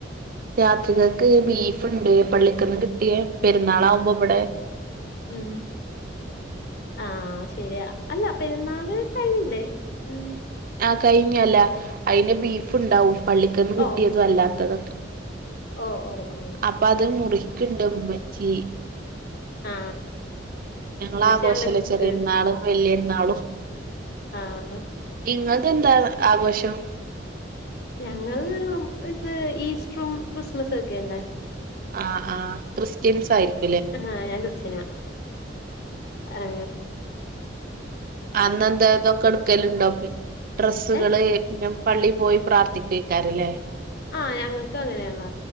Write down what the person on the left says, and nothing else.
ഉം ആഹ് ശരിയാ അല്ല പെരുന്നാള് കഴഞ്ഞില്ലേ ഉ
ഓ
ഓ ഓ ഓ
ആ
ഉമ്മച്ചിയാണല്ലേ
കുക്ക്
ആഹ
ഞങ്ങള് ഇത് ഈസ്റ്ററും ക്രിസ്മസും ഒക്കെല്ലേ
ആഹ ാഗസ്ിനാ ആഹ
ഏ
ആഹ ഞങ്ങൾക്ക് അങ്ങനെയുള്ള